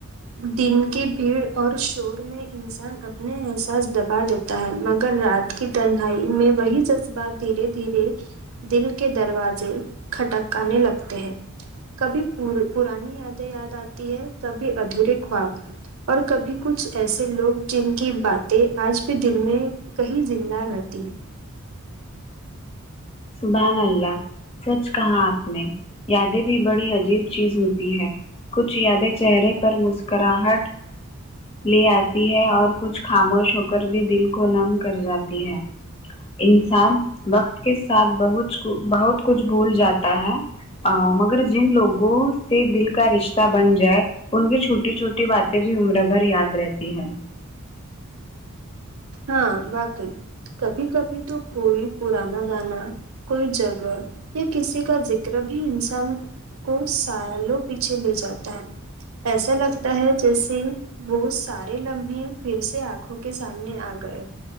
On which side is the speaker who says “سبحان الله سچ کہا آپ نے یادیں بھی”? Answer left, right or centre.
Left